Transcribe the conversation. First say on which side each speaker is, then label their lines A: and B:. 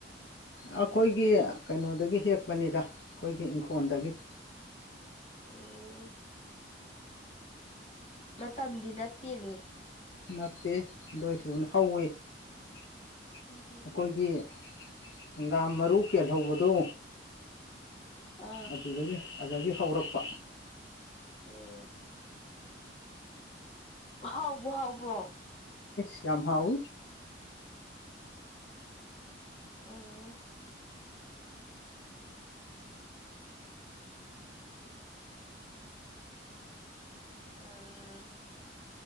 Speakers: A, on the left; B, on the left.
A: ꯑꯩꯈꯣꯏꯒꯤ ꯀꯩꯅꯣꯗꯒꯤ ꯍꯦꯛꯄꯅꯤꯗ ꯑꯩꯈꯣꯏꯒꯤ ꯏꯪꯈꯣꯜꯗꯒꯤ
B: ꯑꯣ ꯃꯇꯝꯗꯤ ꯅꯠꯇꯦꯅꯦ
A: ꯅꯠꯇꯦ ꯑꯗꯨ ꯑꯣꯏꯁꯨꯅ ꯍꯧꯋꯤ ꯑꯩꯈꯣꯏꯒꯤ
B: ꯎꯝ
A: ꯍꯪꯒꯥꯝ ꯃꯔꯨ ꯀꯦꯜꯍꯧꯕꯗꯣ
B: ꯑ
A: ꯑꯗꯨꯗꯒꯤ ꯑꯗꯨꯗꯒꯤ ꯍꯧꯔꯛꯄ
B: ꯎꯝ ꯍꯥꯎꯕꯨ ꯍꯥꯎꯕ꯭ꯔꯣ
A: ꯁ ꯌꯥꯝ ꯍꯥꯎꯋꯤ
B: ꯑꯥ ꯑ